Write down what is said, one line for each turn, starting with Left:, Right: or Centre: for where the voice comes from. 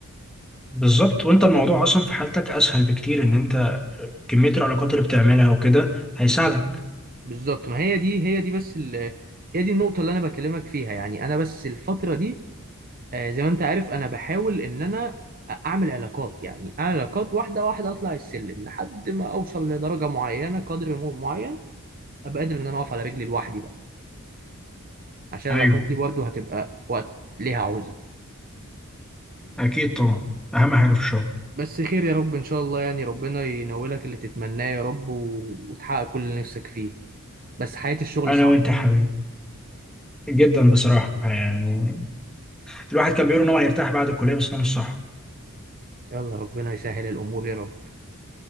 Centre: بالظبط وانت الموضوع اصلا في حالتك اسهل بكتير ان انت كمية العلاقات اللي بتعملها وكده هيساعدك
Right: بالظبط بالظبط ما هي دي هي دي بس ال... هي دي النقطة اللي انا بكلمك فيها يعني انا بس الفترة دي آه، زي ما انت عارف انا بحاول ان انا اعمل علاقات يعني اعمل علاقات واحدة واحدة اطلع السلم لحد ما اوصل لدرجة معينة قدر م- معين ابقى قادر ان انا اقف على رجلي لوحدي بقى. عشان
Centre: ايوه
Right: العلاقات دي برضه هتبقى وقت ليها عوزة
Centre: اكيد طبعا اهم حاجة في الشغل
Right: بس خير يا رب إن شاء الله يعني ربنا ينولك اللي تتمناه يا رب و... وتحقق كل اللي نفسك فيه بس حياة الشغل
Centre: انا
Right: صعبة
Centre: وانت يا حبيبي جدا بصراحة يعني الواحد كان بيقول ان هو هيرتاح بعد الكلية بس ده مش صح
Right: يلا ربنا يسهل الأمور يا رب